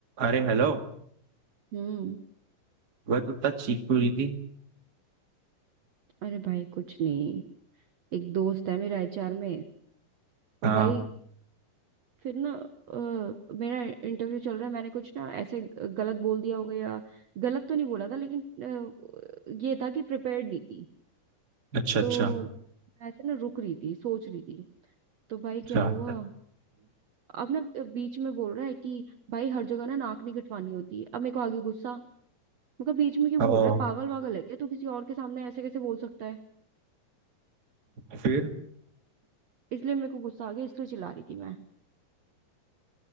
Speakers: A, on the right (about 30°); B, on the right (about 55°).
A: अरे हेलो
B: हम्म
A: वह तो इतना चीख क्यों रही थी
B: अरे भाई कुछ नहीं एक दोस्त है मेरा एचआर में और
A: हाँ
B: भाई फिर ना अ, मेरा इंटरव्यू चल रहा है मैंने कुछ ना ऐसे ग- गलत बोल दिया होगा या गलत तो नहीं बोला था लेकिन अ, ये था कि प्रिपेयर्ड नहीं थी
A: अच्छा अच्छा
B: तो मैं ऐसे ना रुक रही थी सोच रही थी तो भाई
A: अच्छा
B: क्या हुआ अब ना बीच में बोल रहा है कि भाई हर जगह ना नाक नहीं कटवानी होती अब मेरे को आगे गुस्सा मैं कहा बीच में क्यों
A: ओ
B: बोल रहा है पागल वागल है क्या तू किसी और के सामने ऐसे कैसे बोल सकता है
A: फिर
B: इसलिए मेरे को गुस्सा आ गया इसलिए चिल्ला रही थी मैं